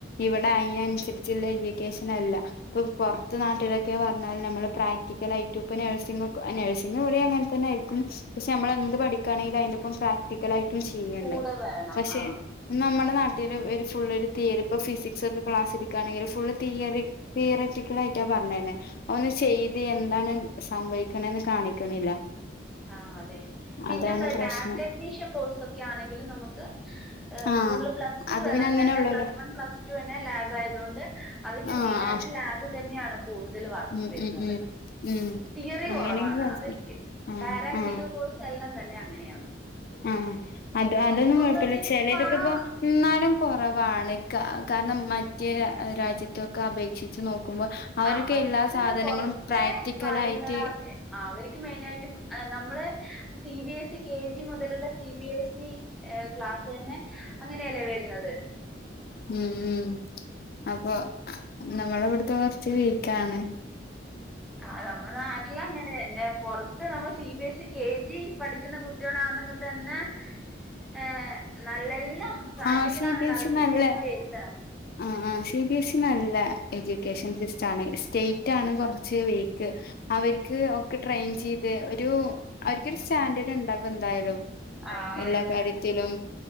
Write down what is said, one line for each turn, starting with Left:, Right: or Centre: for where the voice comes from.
Left: ഇവിടെ അതിന് അനുസരിച്ചൊള്ള എജുക്കേഷൻ അല്ല ഇപ്പൊ പുറത്ത് നാട്ടിലൊക്കെ പറഞ്ഞാൽ നമ്മള് പ്രാക്ടിക്കലായിട്ടും ഇപ്പ നഴ്സിംഗും നഴ്സിംഗ് ഇവടെയും അങ്ങനെ തന്നെ ആയിരിക്കും പക്ഷെ നമ്മള് എന്ത് പഠിക്കാണെങ്കിലും അയിന്റൊപ്പം പ്രാക്ടിക്കലായിട്ടും ചെയ്യണ്ട്
Centre: കൂടെ വേണം
Left: പക്ഷെ
Centre: ആ
Left: നമ്മുടെ നാട്ടില് ഒരു ഫുൾ ഒരു തിയറി ഇപ്പോ ഫിസിക്സ് ഒക്കെ ക്ലാസെടുക്കാണെങ്കില് ഫുളള് തിയറി തിയററ്റിക്കൽ ആയിട്ടാ പറഞ്ഞ് തരണെ ഒന്ന് ചെയ്ത് എന്താണ് സംഭവി ക്കണേന്ന് കാണിക്കണില്ല
Centre: ആഹ് അതെ പിന്നെന്താ
Left: അതാണ് പ്രശ്നം
Centre: ലാബ് ടെക്നീഷ്യൻ കോഴ്സൊക്കെ ആണെങ്കിലും നമുക്ക്
Left: ആഹ്
Centre: സ്കൂള് പ്ലസ് ടു
Left: അത്
Centre: <unintelligible> തന്നെ
Left: പിന്നെ അങ്ങനെ ഉള്ളൂല്ലോ
Centre: പ്ലസ് വൺ പ്ലസ് ടു തന്നെ ലാബ് ആയതോണ്ട് അതൊക്കെ
Left: ആഹ്
Centre: മെയിനായിട്ട്
Left: ആഹ്
Centre: ലാബ് തന്നെയാണ് കൂടുതല് വർക്കും
Left: ഉം
Centre: വരുന്നത്
Left: ഉം ഉം ഉം
Centre: തിയറി
Left: അങ്ങനെയൊക്കെ
Centre: കുറവാണ്
Left: കൊഴപ്പ
Centre: അവർക്ക്
Left: ആഹ്
Centre: പാരാമെഡിക്കൽ
Left: ആഹ്
Centre: കോഴ്സ് എല്ലാം തന്നെ അങ്ങനെയാണ്
Left: ആഹ് അത് അതൊന്നും
Centre: എനിക്ക് തോന്നുന്നത്
Left: കൊഴപ്പല്ല
Centre: ഇപ്പാണ്
Left: ചെലേതൊക്കെപ്പോ ഇന്നാലും കൊറ് റവാണ് കാ കാരണം മറ്റേ രാ രാജ്യത്തൊക്കെ അപേക്ഷിച്ച് നോക്കുമ്പോ അവരൊക്കെ
Centre: ആഹ് മറ്റുള്ള
Left: എല്ലാ സാധനങ്ങളും
Centre: പൊറത്തെ
Left: പ്രാക്ടിക്കലായിട്ട്
Centre: കാര്യങ്ങളപേ ആഹ് അവര്ക്ക് മെയിനായിട്ടും നമ്മള് C B S E K G മുതലുള്ള സി ബി എസ് ഇ ഏ ക്ലാസ്സ് തന്നെ അങ്ങനെയല്ലേ വരുന്നത്
Left: ഉം ഉം അപ്പൊ നമ്മള് വിടുത്തെ കുറച്ച് വീക്കാണ്
Centre: ആഹ് നമ്മുടെ നാട്ടിലങ്ങനെ ന്നെ പൊറത്ത് നമ്മള് C B S E K G പഠിക്കുന്ന കുട്ടികളാണെങ്കി തന്നെ ഏഹ് നല്ലെല്ലാം പ്രാക്ടിക്കലാണല്ലോ
Left: ആഹ് സി ബി എസ്
Centre: അവർക്ക്
Left: ഇ നല്ല
Centre: മെയിൻ വരുന്ന
Left: ആഹ് ആഹ് സി ബി എസ് ഇ നല്ല എജ്യൂക്കേഷൻ സിസ് റ്റാണേ സ്റ്റേറ്റ് ആണ് കുറച്ച് വീക്ക് അവര്ക്ക് ഒക്കെ ട്രെയിൻ ചയ്ത് ഒരു അവര് ക്കൊരു സ്റ്റാൻഡേർഡ്ണ്ടാകും എന്തായാലും
Centre: ആഹ്
Left: എല്ലാ കാര്യത്തിലും